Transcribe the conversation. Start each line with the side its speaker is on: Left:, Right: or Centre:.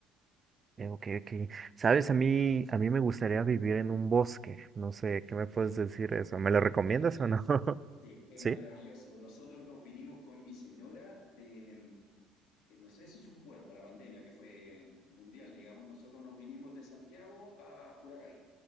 Right: Eh, Ok, ok. Sabes, a mí, a mí me gustaría vivir en un bosque. No sé, ¿qué me puedes
Left: Es,
Right: decir de eso? ¿Me lo recomiendas
Left: es maravilloso.
Right: o no? <laughs>
Left: Sí, es
Right: Sí.
Left: maravilloso. Nosotros nos vinimos con mi señora de, mm, eh, no sé si supo, bueno, para la pandemia que fue mundial, digamos, nosotros nos vinimos de Santiago a Curacaví,